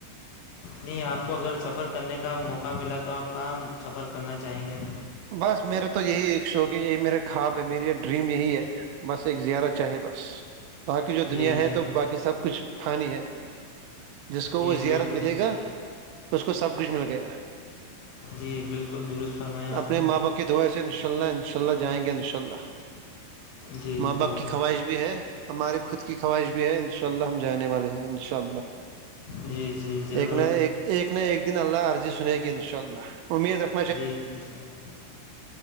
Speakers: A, on the left; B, on the right.
A: نہیں آپ کو اگر سفر کرنے کا موقع ملا تو آپ کہاں سفر کرنا چاہیں گے
B: بس میرا تو یہی ایک شوق ہے یہی میرے خواب ہے میری یہ ڈریم یہی ہے بس ایک زیارہ چاہے بس باقی جو
A: جی
B: دنیا ہے
A: جی
B: تو باقی سب کچھ پانی ہے جس کو
A: جی
B: وہ
A: بالکل
B: زیارت ملے
A: درست-
B: گا اس کو سب کچھ مل گیا
A: جی بالکل درست فرمایا آپ
B: اپنے
A: نے
B: ماں باپ کی دعائیں سے انشاء اللہ انشاء اللہ جائیں گے انشاء اللہ
A: جی
B: ماں
A: جی
B: باپ کی خواہش بھی ہے ہماریے خود کی خواہش بھی ہے ان شاء اللہ ہم جانے والے ہیں انشاء اللہ
A: جی جی ضرور
B: ایک ایک نہ ایک دن اللہ عرضی سنے گی ان شاء اللہ امید رکھ
A: جی ان شاء اللہ